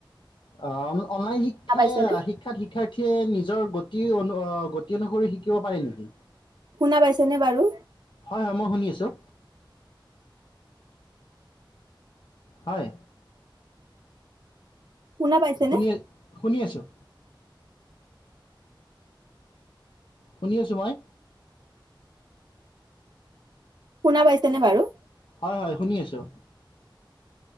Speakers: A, on the left (about 70°); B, on the right (about 55°).
A: অ অনলাইন শিক্ষাই
B: শুনা পাইছেনে
A: শিক্ষাত শিক্ষাৰ্থী কে নিজৰ গতি অনু অনুসৰি শিকিব পাৰে নেকি
B: শুনা পাইছে নে বাৰু
A: হয় হয় মই শুনি আছোঁ হয়
B: শুনা পাইছেনে
A: শুনি শুনি আছোঁ শুনি আছোঁ মই
B: শুনা পাইছেনে বাৰু
A: হয় হয় শুনি আছো